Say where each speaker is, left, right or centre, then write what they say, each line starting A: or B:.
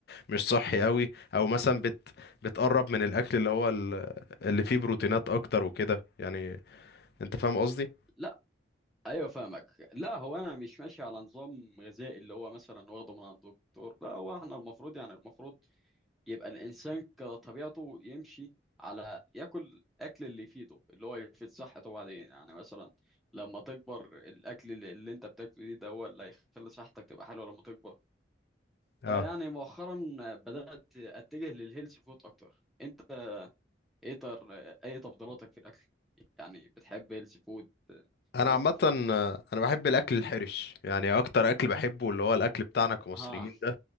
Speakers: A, on the left; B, in the centre.
A: مش صحي قوي او مثلا بت... بتقرب من الاكل اللي هو ال... اللي فيه بروتينات اكتر وكده يعني انت فاهم قصدي
B: لا ايوه فاهمك لا هو انا مش ماشي على نظام غذائي اللي هو مثلا واخده من عند الدكتور لا هو احنا المفروض يعني المفروض يبقى الانسان كطبيعته يمشي على ياكل الاكل اللي يفيده اللي هو يفيد صحته بعدين يعني مثلا لما تكبر الاكل اللي اللي انت بتاكله ده هو اللي هيخلي صحتك تبقى حلوه لما تكبر
A: اه
B: فيعني مؤخرا بدات اتجه للهيلث فود اكتر انت ايه تر... اي تفضيلاتك في الاكل يعني بتحب هيلث فود
A: انا
B: فاست
A: عامه
B: فود
A: آه، انا بحب الاكل الحرش يعني اكتر اكل بحبه اللي هو الاكل بتاعنا كمصريين
B: اه